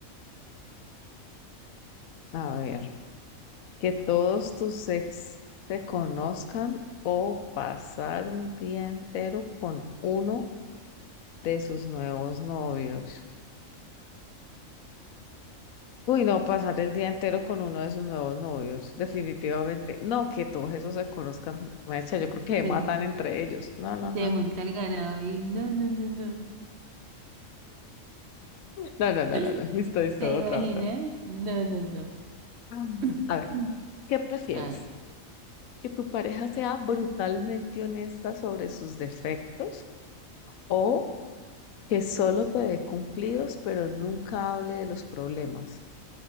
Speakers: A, on the left (about 80°); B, on the right (about 60°).
A: A ver, que todos tus ex te conozcan o pasar un día entero con uno de sus nuevos novios. Uy, no, pasar el día entero con uno de sus nuevos novios, definitivamente. No, que todos esos se conozcan, maestra, yo creo que se matan
B: Me-
A: entre ellos. No, no, no,
B: Se junta
A: no.
B: el ganado ahí. No, no, no, no.
A: No,
B: <gasps>
A: no, no,
B: <laughs>
A: no, no. <laughs> Listo, listo,
B: ¿Te
A: otra,
B: imaginas?
A: otra.
B: No, no, no.
A: Mm.
B: <clears throat>
A: A ver, ¿qué prefieres?
B: Ay.
A: ¿Que tu pareja sea brutalmente honesta sobre sus defectos o que solo te dé cumplidos, pero nunca hable de los problemas?